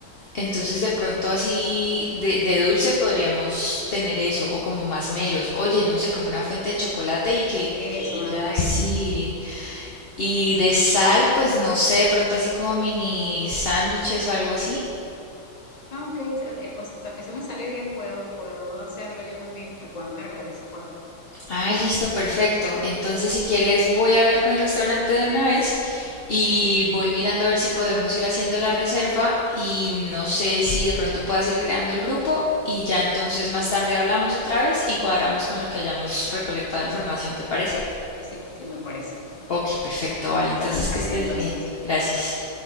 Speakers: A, on the left; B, on the left.
A: Entonces, de pronto así de, de dulce podríamos tener eso, o como más melos. Oye, no sé, como una fuente de chocolate y que,
B: Eso,
A: que ella
B: una fuente.
A: sí. Y de sal, pues no sé, de pronto así como mini sándwiches o algo así.
B: Ah, ok, se- eh, o sea, eso me sale bien, puedo, puedo hacerlo yo también, me puedo encargar de esa parte.
A: Ah, listo, perfecto. Entonces, si quieres, voy a hablar con el restaurante de una vez y voy mirando a ver si podemos ir haciendo la reserva y no sé si de pronto puedas ir creando el grupo y ya entonces más tarde hablamos otra vez y cuadramos con lo que hayamos recolectado de información, ¿te parece?
B: Sí, sí, sí, me parece.
A: Ok, perfecto, vale. Entonces,
B: Quedamos
A: que
B: así
A: estés
B: entonces.
A: bien. Gracias.